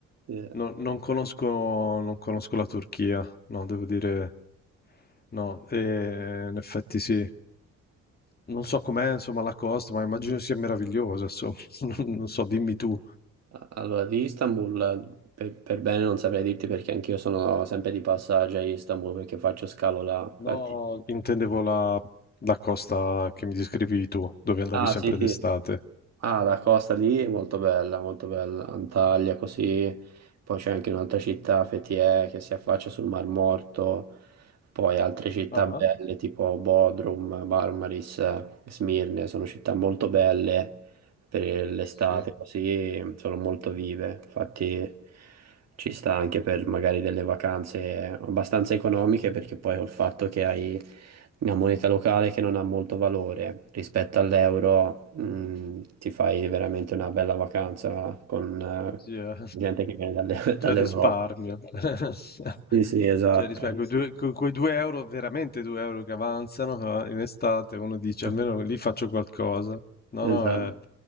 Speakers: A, on the right; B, on the left.
A: Eh,
B: No- non conosco, non conosco la Turchia, no, devo dire no. E in effetti sì. Non so com'è, insomma, la costa, ma immagino sia meravigliosa, insomma. <laughs> Non so, dimmi tu.
A: Allora, di Istanbul eh, per, per bene non saprei dirti perché anch'io sono sempre di passaggio a Istanbul perché faccio scalo là. Infatti...
B: No, intendevo la, la costa che mi descrivi tu, dove andavi
A: Ah,
B: sempre
A: sì,
B: d'estate.
A: sì. Ah, la costa lì è molto bella, molto bella. Antalya così, poi c'è anche un'altra città, Fethiye, che si affaccia sul Mar Morto, poi altre città
B: Ah, ah,
A: belle tipo Bodrum, Marmaris, eh, Smirne, sono città molto belle per l'estate
B: sì.
A: così sono molto vive, infatti ci sta anche per magari delle vacanze abbastanza economiche perché poi col fatto che hai una moneta locale che non ha molto valore rispetto all'euro, mh, ti fai veramente una bella vacanza con eh,
B: Sì, eh.
A: gente che viene dalle- <laughs> dall'Europa.
B: C'è risparmio. <laughs>
A: Sì, sì, esatto.
B: Cioè, rispetto Sì, a sì. quei due, co- quei due euro, veramente due euro che avanzano eh, in estate, uno dice
A: <laughs>
B: almeno lì faccio qualcosa. No, no,
A: Esatto.
B: eh,